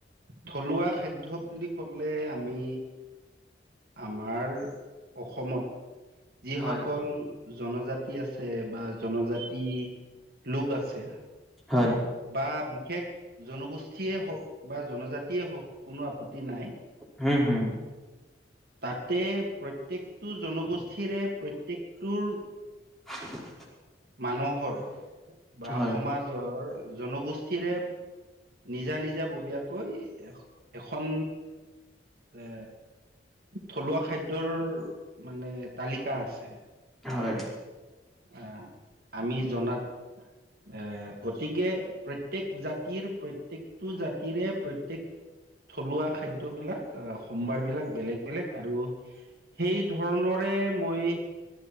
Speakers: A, on the right; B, in the centre.
A: থলুৱা খাদ্য বুলি ক'লে আমি আমাৰ অসমত যিসকল
B: হয়
A: জনজাতি আছে বা জনজাতি লোক আছে।
B: হয়।
A: বা বিশেষ জনগোষ্ঠীয়ে হওঁক। বা জনজাতিয়ে হওঁক, কোনো আপত্তি নাই।
B: হম হম
A: তাতে প্ৰত্যেকটো জনগোষ্ঠীৰে প্ৰত্যেকটোৰ
B: <unintelligible>
A: মানুহৰ বা
B: হয়,
A: সমাজৰ জনগোষ্ঠীৰে নিজা নিজা ববীয়াকৈ এ এখন। এ, থলুৱা খাদ্যৰ মানে তালিকা আছে।
B: হয়।
A: এ আমি জনাত এ, গতিকে প্ৰত্যক জাতিৰ প্ৰত্যকটো জাতিৰে প্ৰত্যক থলুৱা খাদ্যবিলাক সম্ভাৰ বিলাক বেলেগ বেলেগ আৰু সেই ধৰণৰে মই